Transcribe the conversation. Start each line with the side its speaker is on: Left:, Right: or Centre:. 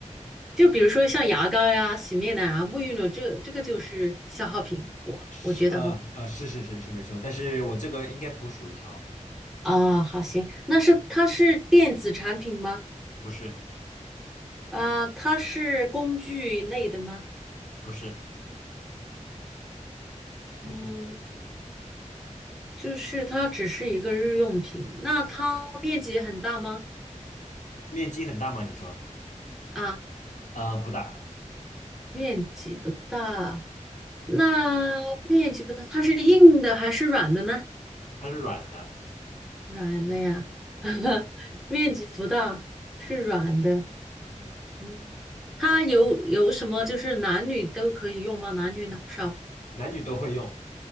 Centre: 就比如说像牙膏呀、洗面奶啊、沐浴露，这这个就是消耗品，
Left: <laughs>
Centre: 我我觉得哈。
Left: 是，呃，呃，是是是是没错，但是我这个应该不属于消耗品，
Centre: 啊，好行，那是它是电子产品吗？
Left: 不是，
Centre: 啊，它是工具类的吗？
Left: 不是。<laughs>
Centre: 嗯，就是它只是一个日用品，那它面积很大吗？
Left: 面积很大吗？你说？
Centre: 啊，
Left: 呃，不大，
Centre: 面积不大，那面积不大，它是硬的还是软的呢？
Left: 它是软的，
Centre: 软的呀，<laughs> 面积不大，是软的。
Left: 嗯哼，
Centre: 嗯它有有什么就是男女都可以用吗？男女老少？
Left: 男女都会用。